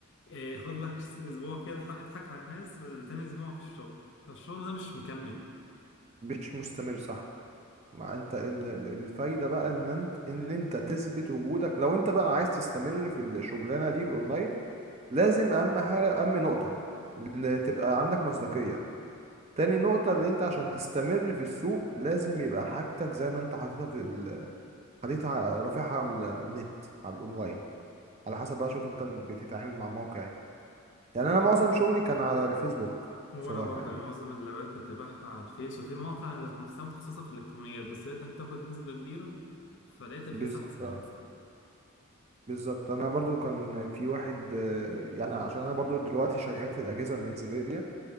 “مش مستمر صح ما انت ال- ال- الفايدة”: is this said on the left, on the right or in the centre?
Right